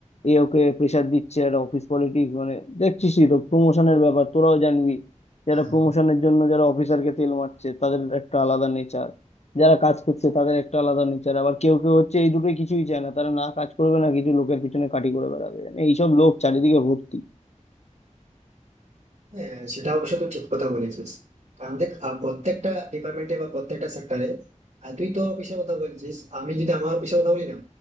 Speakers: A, on the left (about 60°); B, on the right (about 55°).
A: এ ওকে প্রেশার দিচ্ছে একটা অফিস পলিটিক্স মানে দেখছিসই তো প্রমোশনের ব্যাপার তোরাও জানবি যারা
B: হ্যাঁ।
A: প্রমোশনের জন্য যারা অফিসারকে তেল মারছে তাদের একটা আলাদা নেচার যারা কাজ করছে তাদের একটা আলাদা নেচার আবার কেউ কেউ হচ্ছে এই দুটোই কিছুই চায় না তারা না কাজ করবে না কিছু লোকের পিছনে কাটি করে বেড়াবে মানে এইসব লোক চারিদিকে ভর্তি
B: হ্যাঁ সেটা অবশ্য তুই ঠিক কথা বলেছিস কারণ দেখ আহ, প্রত্যেকটা ডিপার্টমেন্টে বা প্রত্যেকটা সেক্টরে তুই তোর অফিসের কথা বলছিস আমি যদি আমার অফিসের কথা বলি না